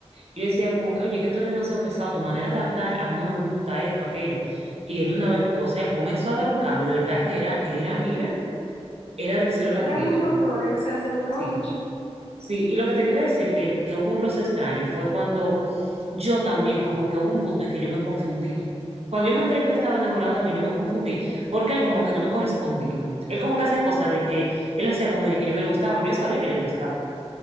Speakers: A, on the right; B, on the left.
A: Yo decía como que, oye, que tú eres demasiado pesado, tu manera de hablar a mí no me gusta, esto, aquello. Y él una vez, o sea, él comenzó a dar un cambio, de verdad que era, era, mira, era del cielo a
B: Era
A: la tierra.
B: muy notorio, o sea, se notaba
A: Sí,
B: mucho.
A: sí. Y lo que te quería decir, que, que hubo un roce extraño, fue cuando yo también, como que hubo un punto en que yo me confundí. Cuando yo me enteré que él estaba enamorado de mí, yo me confundí, porque él como que no me correspondía. Él como que hacía cosas de que, él hacía como de que yo no le gustaba, pero yo sabía que yo le gustaba